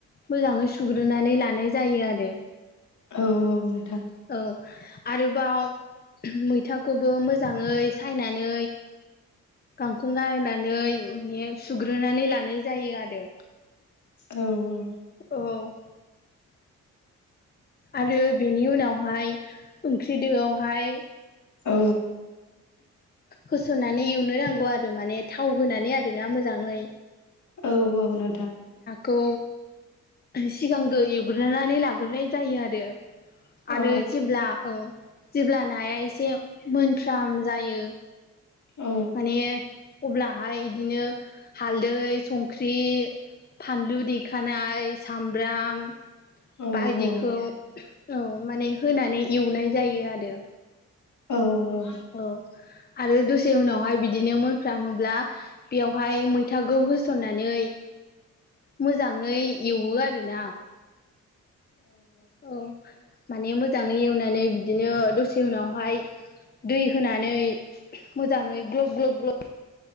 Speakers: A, on the left (about 30°); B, on the left (about 55°).
A: मोजाङै सुग्रोनानै लानाय जायो आरो।
B: औ औ नोंथां।
A: औ आरोबाव मैथाखौबो मोजाङै सायनानै गांखो गारनानै माने सुग्रोनानै लानाय जायो आरो।
B: औ
A: औ आरो बेनि उनावहाय ओंख्रिदोआवहाय
B: औ
A: होसननानै एवनो नांगौ आरो माने थाव होनानै आरोना मोजाङै।
B: औ औ नोंथां।
A: खौ सिगांगो एवग्रोनानै लाग्रोनाय जायो आरो। आरो
B: औ
A: जेब्ला औ जेब्ला नाया एसे मोनफाराम जायो।
B: औ
A: माने अब्लाहाय बिदिनो हालदै संख्रि फानलु देखानाय सामब्राम
B: औ
A: बायदिखौ
B: औ
A: औ माने होनानै एवनाय जायो आरो।
B: औ औ
A: औ आरो दसे उनावहाय बिदिनो मोनफ्रामोब्ला बेयावहाय मैथाखौ होसननानै मोजाङै एवो आरो ना। औ माने मोजाङै एवनानै बिदिनो दसे उनावहाय दै होनानै मोजाङै ग्लब ग्लब ग्लब